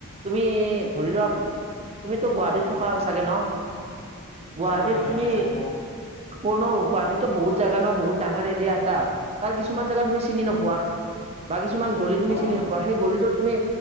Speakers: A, on the right; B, on the left.
A: তুমি ধৰি লোৱা তুমিতো গুৱাহাটীত থকা চাগে ন, গুৱাহাটীত
B: মই গুৱাহাটীতে
A: তুমি
B: থাকো
A: কোনো গুৱাহাটীতো বহুত জেগা ন বহুত ডাঙৰ এৰিয়া এটা, তাৰ কিছুমান জেগা তুমি চিনি নোপোৱা। বা কিছুমান গলি
B: অ
A: তুমি
B: অ
A: চিনি নোাপোৱা। সেই গলিটোত তুমি